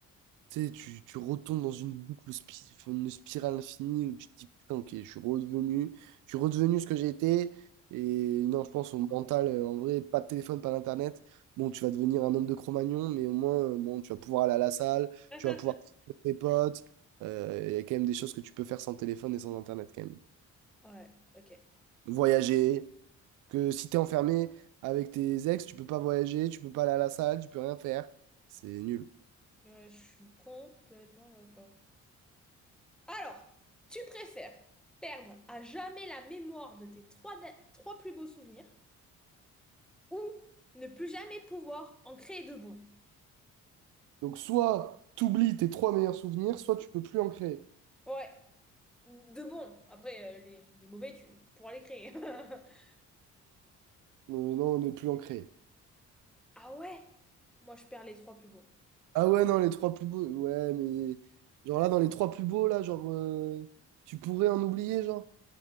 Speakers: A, on the right (about 85°); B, in the centre.
A: tu sais, tu, tu retombes dans une boucle, spi- une spirale infinie où tu te dis, putain, ok, je suis redevenu, je suis redevenu ce que j'ai été. Et non, je pense au mental, euh, en vrai, pas de téléphone, pas d'internet. Bon, tu vas devenir un homme de Cro-Magnon, mais au moins, euh, bon, tu vas pouvoir aller à la salle,
B: <laughs>
A: tu vas pouvoir trouver tes potes. Euh, Il y a quand même des choses que tu peux faire sans téléphone et sans internet, quand même.
B: Ouais, ok.
A: Voyager, Que si t'es enfermé avec tes ex, tu peux pas voyager, tu peux pas aller à la salle, tu peux rien faire. C'est nul.
B: Ouais, je suis complètement d'accord. Alors, tu préfères perdre à jamais la mémoire de tes trois, da- trois plus beaux souvenirs ou ne plus jamais pouvoir en créer de bons?
A: Donc soit t'oublies tes trois meilleurs souvenirs, soit tu peux plus en créer.
B: Ouais. De bons. Après, euh, les, les mauvais, tu pourras les créer. <laughs>
A: Euh, non, ne plus en créer.
B: Ah ouais? Moi, je perds les trois plus beaux.
A: Ah ouais, non, les trois plus beaux. Ouais, mais genre là, dans les trois plus beaux, là, genre, euh, tu pourrais en oublier, genre.